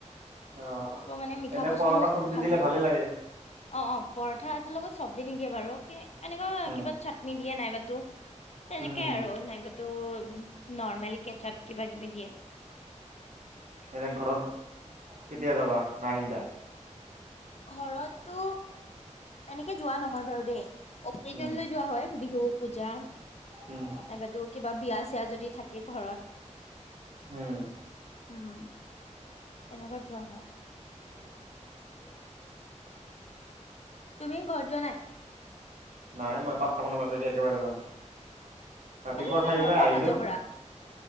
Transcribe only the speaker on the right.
অ
এনে
পৰঠা চব্জি
দিলে ভালে লাগে
উম,
উম,
এনে ঘৰত কেতিয়া যাবা নাহিলা
উম,
উম,
হম
<unintelligible>
নাই মই পাঁটা মানজাতকে একেবাৰেলৈ যাম ৰাতিপুৱা
খাইিবা
আহিলো